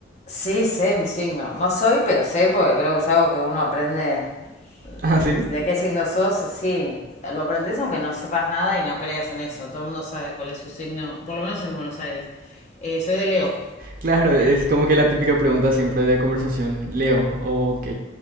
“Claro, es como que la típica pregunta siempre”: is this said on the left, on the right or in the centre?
Right